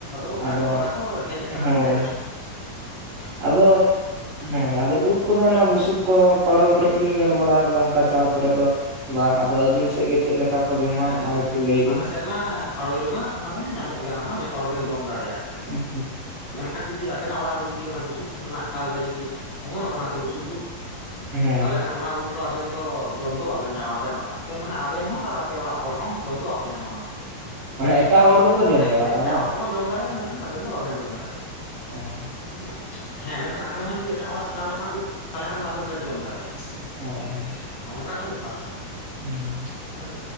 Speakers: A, on the left; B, on the right.
A: ᱜᱚᱴᱟ
B: ᱟᱫᱚ
A: ᱜᱮᱛᱚ ᱚᱱᱟ ᱠᱚ ᱦᱮᱡ ᱟᱠᱟᱱᱟ
B: ᱦᱳᱭ
A: ᱥᱮ ᱮᱰ
B: ᱦᱮᱸ ᱟᱫᱚ ᱦᱳᱭ ᱟᱫᱚ ᱩᱫ ᱠᱚᱫᱚ ᱚᱱᱟ ᱵᱩᱥᱩᱵ ᱠᱚ ᱯᱟᱲᱳᱭ ᱠᱚᱨᱮ ᱜᱮᱞᱤᱧ ᱧᱮᱞ ᱵᱟᱲᱟ ᱠᱟᱫᱟ ᱚᱱᱠᱟ ᱪᱟᱞ ᱠᱚᱨᱮᱫ ᱫᱚ ᱵᱟᱝ ᱟᱫᱚ ᱟᱹᱵᱤᱱ ᱥᱮᱫ ᱜᱮ ᱪᱮᱫᱮ ᱞᱮᱠᱟ ᱠᱚ ᱡᱚᱢᱟ
A: ᱦᱮᱸ
B: ᱚᱱᱟᱜᱮ
A: ᱦᱮᱸ
B: ᱠᱟᱹᱴᱤᱡ ᱞᱟᱹᱭ ᱵᱤᱱ
A: ᱟᱞᱮ ᱥᱮᱫ ᱢᱟ ᱯᱟᱲᱳᱭ ᱨᱮᱢᱟ ᱚᱱᱟ ᱧᱟᱢᱚᱜ ᱜᱮᱭᱟ ᱚᱱᱟ ᱢᱟ ᱡᱚᱛᱚ ᱦᱚᱲ ᱜᱮᱢ ᱡᱚᱢ ᱫᱟᱲᱮᱭᱟᱜ ᱜᱮᱭᱟ ᱥᱮ
B: ᱦᱩᱸ
A: ᱢᱮᱱᱠᱷᱟᱱ ᱡᱩᱫᱤ ᱟᱵᱮᱱᱟᱜ ᱚᱲᱟᱜ ᱨᱮ ᱡᱩᱫᱤ ᱚᱱᱟ ᱵᱩᱥᱩᱵ ᱨᱮᱱᱟᱜ ᱪᱟᱞ ᱨᱮ ᱡᱩᱫᱤ ᱚᱢᱚᱱᱚᱜ ᱟᱠᱟᱱᱟ ᱥᱮ ᱵᱩᱥᱩᱵ ᱩᱫ
B: ᱦᱳᱭ
A: ᱛᱟᱦᱚᱞᱮ ᱠᱷᱟᱱ ᱚᱱᱟ ᱩᱫ ᱫᱚ ᱟᱵᱮᱱ ᱫᱚ ᱡᱚᱢ ᱫᱚ ᱵᱟᱵᱮᱱ ᱧᱟᱢᱟ ᱟᱵᱮᱱ ᱦᱚᱸ ᱟᱯᱮ ᱢᱟᱱᱮ ᱟᱵᱮᱱ ᱦᱚᱸ ᱟᱨ ᱟᱯᱮ ᱚᱲᱟᱜ ᱦᱚᱲ ᱦᱚᱸ ᱡᱚᱢ ᱫᱚ ᱵᱟᱯᱮ ᱧᱟᱢᱟ ᱚᱱᱟ ᱩᱫ
B: ᱢᱟᱱᱮ ᱮᱴᱟᱜ ᱦᱚᱲ ᱫᱚᱠᱚ ᱡᱚᱢ
A: ᱦᱮᱸ
B: ᱫᱟᱲᱮᱭᱟᱜᱼᱟ
A: ᱮᱴᱟᱜ
B: ᱵᱟᱝ
A: ᱦᱚᱲ ᱫᱚᱠᱚ ᱡᱚᱢ ᱫᱟᱲᱮᱭᱟᱜᱼᱟ ᱢᱮᱱᱠᱷᱟᱱ ᱟᱵᱮᱱ ᱫᱚ ᱵᱟᱵᱮᱱ ᱡᱚᱢ ᱫᱟᱲᱮᱭᱟᱜᱼᱟ᱾
B: <inaudible>
A: ᱦᱮᱸ ᱦᱮᱸ ᱢᱮᱱᱠᱷᱟᱱ ᱟᱵᱮᱱ ᱦᱚᱸ ᱡᱩᱫᱤ ᱮᱴᱟᱜ ᱦᱚᱲᱟᱜ ᱪᱟᱞ ᱨᱮᱱᱟᱜ ᱩᱫ ᱛᱟᱦᱚᱞᱮ ᱠᱷᱟᱱ ᱫᱚ ᱟᱵᱮᱱ ᱵᱮᱱ ᱡᱚᱢ ᱫᱟᱲᱮᱭᱟᱜᱼᱟ᱾
B: ᱦᱳᱭ
A: ᱱᱚᱜ-ᱚ ᱱᱚᱝᱠᱟ ᱵᱮᱯᱟᱨ ᱠᱟᱱᱟ᱾
B: <inaudible>
A: ᱦᱩᱸ